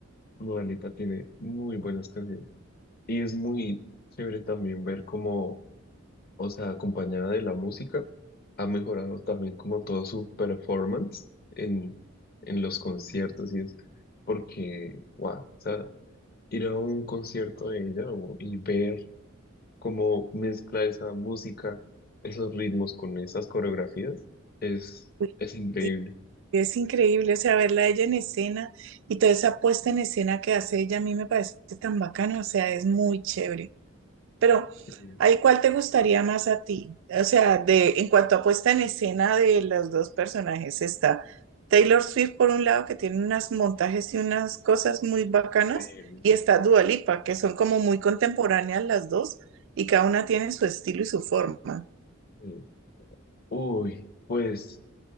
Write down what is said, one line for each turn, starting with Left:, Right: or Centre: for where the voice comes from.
Left: Dua Lipa tiene muy buenas canciones. Y es muy chévere también ver cómo, o sea, acompañada de la música. ha mejorado también como todo su performance en, en los conciertos y es porque, wow, o sea, ir a un concierto de ella o- y ver cómo mezcla esa música, esos ritmos con esas coreografías, es,
Right: Uy,
Left: es increíble.
Right: sí, Es increíble, o sea, verla a ella en escena y toda esa puesta en escena que hace ella a mí me parece tan bacana, o sea, es muy chévere. Pero
Left: Sí,
Right: ahí, ¿cuál te gustaría más a ti? O sea, de, en cuanto a puesta en escena de los dos personajes, está Taylor Swift por un lado, que tiene unos montajes y unas cosas muy bacanas,
Left: increíbles
Right: y está Dua Lipa, que son como muy contemporáneas las dos, y cada una tiene su estilo y su forma.
Left: sí. Uy, pues,